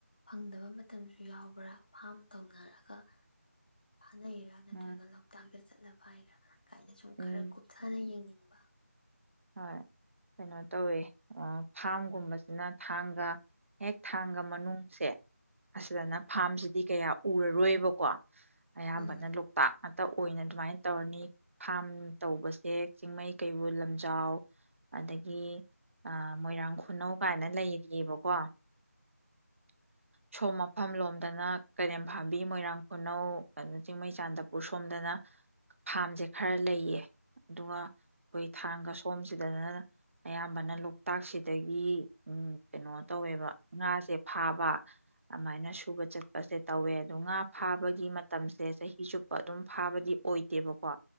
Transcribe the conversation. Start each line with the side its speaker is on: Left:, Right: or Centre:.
Left: ꯐꯪꯗꯕ ꯃꯠ ꯃꯇꯝꯁꯨ ꯌꯥꯎꯕ꯭ꯔꯥ ꯐꯥꯝ ꯇꯧꯅꯔꯒ ꯐꯥꯅꯩꯔꯥ ꯅꯠꯇ꯭ꯔꯒ
Right: ꯎꯝ
Left: ꯂꯣꯛꯇꯥꯛꯗ ꯆꯠꯂꯒ ꯄꯥꯏꯔ ꯀꯥꯏꯅ ꯁꯨꯝ
Right: ꯎꯝ
Left: ꯈꯔ ꯀꯨꯞꯊꯅ ꯌꯦꯡꯅꯤꯡ ꯕꯥ
Right: ꯍꯣꯏ꯫ ꯀꯩꯅꯣ ꯇꯧꯋꯦ ꯑ ꯐꯥꯝ ꯀꯨꯝꯕꯁꯤꯅ ꯊꯥꯡꯒ ꯍꯦꯛ ꯊꯥꯡꯒ ꯃꯅꯨꯡꯁꯦ ꯑꯁꯤꯗꯅ ꯐꯥꯝꯁꯤꯗꯤ ꯀꯌꯥ ꯎꯔꯔꯣꯏꯕꯀꯣ꯫ ꯑꯌꯥꯝꯕꯅ
Left: ꯎꯝ
Right: ꯂꯣꯛꯇꯥꯛ ꯇ ꯑꯣꯏꯅ ꯑꯗꯨꯨꯃꯥꯏꯅ ꯇꯧꯔꯅꯤ ꯐꯥꯝ ꯇꯧꯕꯁꯦ ꯆꯤꯡꯃꯩ ꯀꯩꯕꯨꯜ ꯂꯝ ꯖꯥꯎ ꯑꯗꯒꯤ ꯒꯤ ꯃꯣꯏꯔꯥꯡ ꯈꯨꯅꯧ ꯃꯥꯏꯅ ꯂꯩꯔꯤꯌꯦꯕꯀꯣ ꯁꯣ ꯃ ꯃꯐꯝ ꯂꯣꯝꯗꯅ ꯀꯩꯔꯦꯝ ꯐꯥꯝꯕꯤ ꯃꯣꯏꯔꯥꯡ ꯈꯨꯅꯧ ꯀꯩꯅꯣ ꯆꯤꯡꯃꯩ ꯆꯥꯟꯗꯄꯨꯔ ꯁꯣꯝꯗꯅ ꯐꯥꯔꯝꯁꯦ ꯈꯔ ꯂꯩꯌꯦ꯫ ꯗꯨꯉꯥ ꯈꫭꯏ ꯑꯥꯡꯒ ꯁꯣꯝꯁꯤꯗꯅ ꯑꯌꯥꯝꯕꯅ ꯂꯣꯛꯇꯥꯛꯁꯤꯗꯒꯤ ꯎꯝ ꯀꯩꯅꯣ ꯇꯧꯋꯦꯕ ꯉꯥꯁꯦ ꯐꯥꯕ꯫ ꯑꯃꯥꯏꯅ ꯁꯨꯕ ꯆꯠꯄꯁꯦ ꯇꯧꯋꯦ ꯑꯗꯣ ꯉꯥ ꯐꯥꯕꯒꯤ ꯃꯇꯝꯁꯦ ꯆꯍꯤ ꯆꯨꯞꯄ ꯑꯗꯨꯝ ꯐꯥꯕꯗꯤ ꯑꯣꯏꯗꯦꯕꯀꯣ꯫